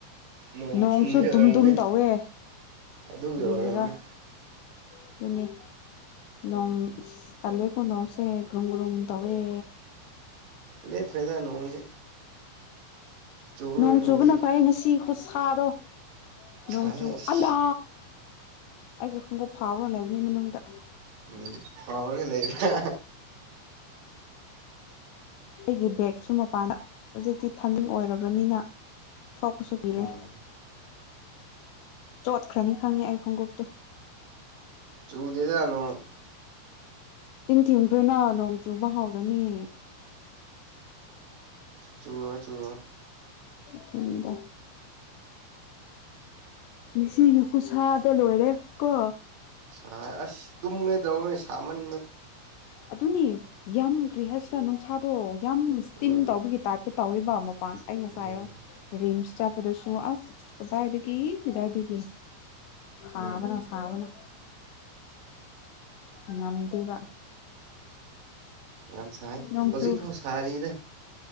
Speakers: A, on the right (about 60°); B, on the left (about 80°).
A: ꯅꯣꯡ
B: ꯅꯣꯡꯁꯨ
A: ꯊꯤꯟꯕꯒꯤ ꯑꯣꯏꯔꯝꯅꯤ
B: ꯗꯨꯝ ꯗꯨꯝ ꯇꯧꯋꯦ
A: ꯑꯗꯨꯒꯤ
B: ꯀꯔꯤꯔ
A: ꯑꯣꯏꯔꯝꯅꯤ
B: ꯑꯗꯨꯅꯦ ꯅꯣꯡ ꯇꯜꯂꯦꯀꯣ ꯅꯣꯡꯁꯦ ꯒ꯭ꯔꯨꯝ ꯒ꯭ꯔꯨꯝ ꯇꯧꯑꯦ
A: ꯂꯦꯞꯈꯔꯦꯗ ꯅꯣꯡꯗꯤ ꯆꯨꯔꯣꯏ
B: ꯅꯣꯡ
A: ꯅꯣꯡꯗꯤ
B: ꯆꯨꯕꯅ ꯐꯩ ꯉꯁꯤ ꯈꯨꯁꯥ ꯁꯥꯗꯣ ꯅꯣꯡꯣꯡꯆꯨ
A: ꯁꯥꯏꯍꯦ ꯑꯁ
B: ꯑꯌꯥ ꯑꯩꯒꯤ ꯈꯣꯡꯎꯞ ꯐꯧꯔ ꯂꯩꯕꯅꯦ ꯃꯅꯨꯡꯗ
A: ꯎꯝ ꯐꯧꯔꯒ ꯂꯩꯕ
B: ꯑꯩꯒꯤ ꯕꯦꯒꯁꯨ ꯃꯄꯥꯟꯗ ꯍꯧꯖꯤꯛꯇꯤ ꯊꯝꯗꯤꯡ ꯑꯣꯏꯔꯕꯅꯤꯅ ꯊꯣꯛꯄꯁꯨ ꯄꯤꯔꯦ
A: ꯎꯝ
B: ꯆꯣꯠꯈ꯭ꯔꯅꯤ ꯈꯪꯉꯦ ꯑꯩ ꯈꯣꯡꯎꯞꯇꯨ
A: ꯆꯨꯗꯦꯗ ꯅꯣꯡ
B: ꯇꯤꯡ ꯊꯤꯡꯈ꯭ꯔꯦꯅ ꯅꯣꯡ ꯆꯨꯕ ꯍꯧꯔꯅꯤ
A: ꯆꯨꯔꯣ ꯆꯨꯔꯣ
B: ꯊꯣꯡꯉꯗ ꯉꯁꯤꯒꯤ ꯈꯨꯁꯥꯗꯣ ꯂꯣꯏꯔꯦ ꯀꯣ
A: ꯁꯥꯏ ꯑꯁ ꯇꯨꯝꯒꯦ ꯇꯧꯕꯅꯤ ꯁꯥꯃꯟ
B: ꯑꯗꯨ ꯑꯗꯨꯅꯤ ꯌꯥꯝ ꯭ꯍꯁꯤ ꯆ ꯅꯅꯨꯡ ꯁꯥꯥꯗꯣ ꯌꯥꯝ ꯏꯁꯇꯤꯝ
A: ꯎꯝ
B: ꯇꯧꯕꯒꯤ ꯇꯥꯛ ꯇꯧꯏꯕ ꯑꯃꯨꯛ ꯥꯟ ꯑꯩ ꯉꯁꯥꯏꯣ
A: ꯎꯝ
B: ꯔꯤꯝꯁ ꯆꯄꯗꯁꯨ ꯑ ꯀꯗꯥꯗꯒ ꯏꯗꯥꯏꯗꯤꯒ ꯁꯥꯕꯅ
A: ꯎꯝ
B: ꯁꯕꯅ ꯉꯗꯦꯕ
A: ꯌꯥꯝ ꯁꯥꯏ
B: ꯅꯣꯡꯆꯨ
A: ꯍꯧꯖꯤꯛꯐꯥꯎ ꯁꯥꯔꯤꯗ